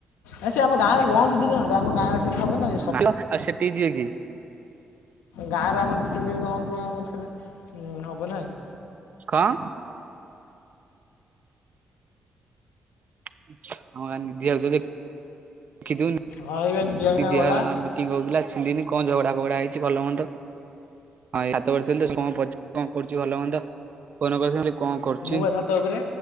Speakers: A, on the left; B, on the right.
A: ଆ ସେ ଆମ ଗାଁରେ ରୁହନ୍ତୁ ଦିନଟା ଆମ ଗାଁରେ ତୋର ହବ ନାଁ?
B: ଆଉ ସେଠିକି ଜିବେ କିଏ?
A: ଗାଁରେ ଆମର ଦି ତିନି ଦିନ ରଅନ୍ତୁ ଆମର ଫେରେ ହବ ନାଇଁ।
B: କଁ? ଆମ ଗାଁ ନିଧିଆ କୁ ଯଦି <unintelligible> ଦେଖିଉନି
A: ହଁ ଏଇବା ନିଧିଆ ଭାଇନା
B: ନିିର
A: ଗଲା
B: ମିଟିଙ୍ଗ ହଉଥିଲା ଛିଣ୍ଡିନି କଣ ଝଗଡା ଫଗଡା ହେଇଛି ଭଲ ମନ୍ଦ ହଁ ଏ ହାତ ବଢିଥିଲେ ସେ କଣ ପଚା କଣ କରୁଛି ଭଲ ମନ୍ଦ ଫୋନ କରିଥିଲି ମୁଁ କହିଲି କଣ କରୁଚି?
A: ମୁଁ ବା ଛାତ ଉପରେ।